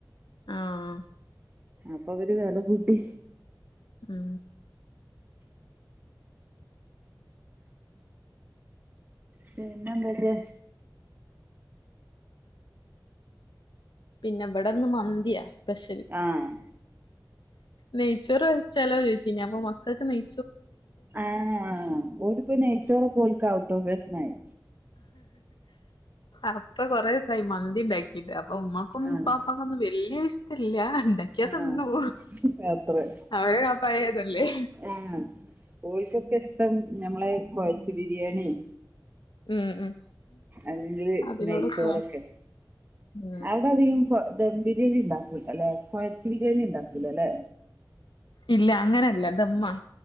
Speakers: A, on the left (about 75°); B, on the right (about 25°).
A: ആഹ്‌
B: അപ്പവര് വെല കൂട്ടി
A: ആഹ്‌
B: പിന്നെന്തൊക്കെ
A: പിന്നെ വെടെന്ന് മന്തിയാ സ്പെഷൽ
B: ആഹ്
A: നെയ്ച്ചോറ് വെച്ചാലോ ചോദിച്ചു ഇനി അപ്പൊ മക്കൾക്ക് നെയ
B: ആഹ്‌ ഓൽക്പ്പോ നൈചോറൊക്കോൽക്ക് ഔട്ട് ഓ ഫേഷായി
A: അപ്പ കൊറേ ദിവസായി മന്തിണ്ടാക്കി ഇത് അപ്പൊ ഉമ്മക്കും
B: ആഹ്
A: പാപ്പക്കൊന്നും വല്യൊരിഷ്ടല്ല. ണ്ടാക്ക്യ
B: ആഹ്
A: തിന്നും
B: അത്രേ
A: അവരെ അപ്പായതല്ലേ
B: ആഹ് ഓൽക്കൊക്കെ ഇഷ്ടം ഞമ്മളെ കൊഴച്ച് ബിരിയാണിം
A: ഉം ഉം
B: അല്ലെങ്കില്
A: അതിനോടൊക്കെ
B: നെയ്ച്ചോറൊക്കെ
A: ഉം
B: ഔ ടധികം ധം ബിരിയാണി ഉണ്ടാക്കൂലലെ. കൊഴച്ച് ബിരിയാണി ണ്ടാക്കൂലലെ
A: ഇല്ല അങ്ങനെല്ല ദമ്മ